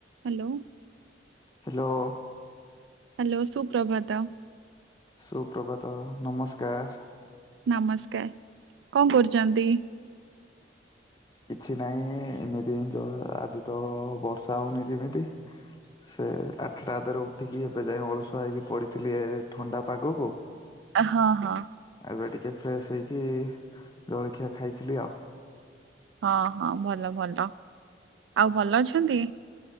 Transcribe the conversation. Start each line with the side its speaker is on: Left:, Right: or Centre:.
Right: Hello.
Left: Hello.
Right: Hello ସୁ ପ୍ରଭାତ।
Left: ସୁପ୍ରଭାତ ନମସ୍କାର।
Right: ନମସ୍କାର କଣ କରୁଛନ୍ତି?
Left: କିଛି ନାଇ ଏମିତି ଏମିତି ଆଜି ତ ବର୍ଷା ହଉନି ସେମିତି ସେ ତା ପରେ ଉଠିକି ଏବେ ଯାଇ ଅଳସୁଆ ହେଇକି ପଡ଼ିଥିଲି ଏ ଥଣ୍ଡା ପାଗକୁ
Right: ହଁ ହଁ।
Left: ଏବେ ଟିକେ ଫ୍ରେଶ ହେଇକି ଜଳଖିଆ ଖାଇଥିଲି ଆଉ।
Right: ହଁ ହଁ ଭଲ ଭଲ ଆଉ ଭଲ ଅଛନ୍ତି?